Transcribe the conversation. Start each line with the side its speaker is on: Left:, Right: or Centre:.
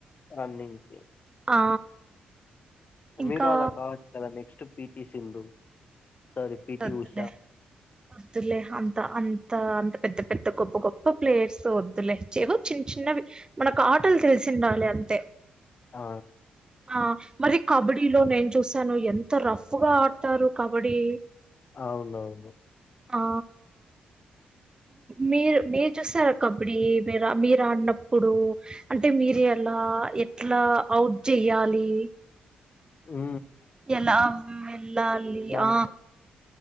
Left: రన్నింగ్ కి
Right: ఆ ఇంకా
Left: మీరు అలా కావచ్చు కదా next P V Sindhu sorry PT
Right: అద్లే
Left: Usha
Right: అద్లే అంత అంత త అంత పెద్ద పెద్ద గొప్ప గొప్ప ప్లేయర్స్ వద్దులే ఏవో చిన్న చిన్నవి మనకు ఆటలు తెలిసి ఉండాలి అంతే
Left: ఆ
Right: హ మరి కబడ్డీ లో నేను చూసాను ఎంత రఫ్ గా ఆడతారు కబడ్డీ
Left: అవునవును
Right: ఆ మీరు మీరు చూసారా కబడ్డీ మీరు మీరు ఆడినప్పుడు అంటే మీరు ఎలా ఎట్లా అవుట్ చెయ్యాలి
Left: ఉ
Right: ఎలా వెళ్ళాలి
Left: దానికి
Right: ఆ